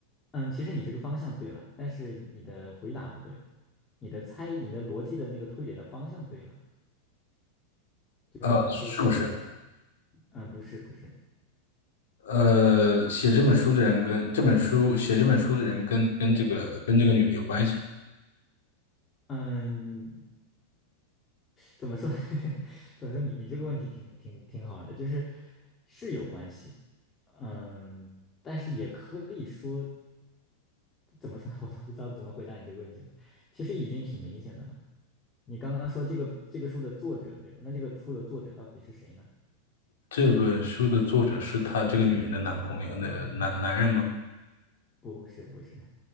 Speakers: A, on the left; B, on the left.
A: 嗯，其实你这个方向对了，但是你的回答不对，你的猜，你的逻辑的那个推理的方向对了。就是你可以从
B: 呃，是不是？
A: 嗯，不是不是，
B: 呃，写这本书的人跟这本书写这本书的人跟跟这个跟这个女的有关系。
A: 嗯，怎么说？<laughs> 怎么说你？你这个问题挺挺挺好的，就是是有关系，嗯，但是也可以说怎么说，<laughs> 我都不知道怎么回答你这个问题了。其实已经挺明显的了。你刚刚说这个这个书的作者对吗？那这个书的作者到底是谁呢？
B: 这本书的作者是她这个女人的男朋友，那男男人吗？
A: 不，不是，不是，